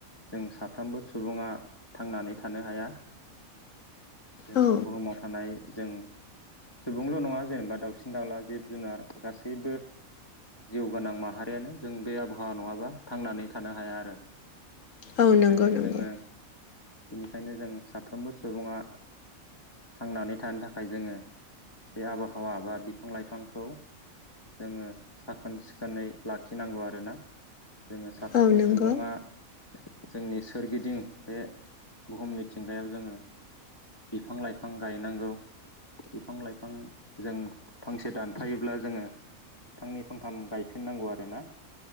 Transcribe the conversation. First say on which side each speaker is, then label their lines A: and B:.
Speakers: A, on the left (about 20°); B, on the left (about 65°).
A: जों साफ्रोमबो सुबुङा थांनानै थानो हाया। जों
B: औ
A: बुहुमाव थानाय जों सुबुंल' नङा जेनेबा दाउसिन दाउला जिब जुनार गासैबो जिउ गोनां माहारियानो जों बे आबहावा नङाबा थांनानै थानो हाया आरो।
B: औ
A: बेनिखायनो
B: नंगौ नंगौ
A: जोङो बिनिखायनो जों साफ्रोमबो सुबुङा थांनानै थानो थाखाय जोङो बे आबहावा बा बिफां लाइफांखौ जोङो साखोन सिखोनै लाखिनांगौ आरोना जोङो साफ्रोमबो
B: औ नंगौ
A: सुबुङा जोंनि सोरगिदिं बे बुहुम मिथिंगायाव जोङो बिफां लाइफां गायनांगौ। बिफां लाइफां जों फांसे दानफायोब्ला जोङो फांनै फंथाम गायफिननांगौ आरोना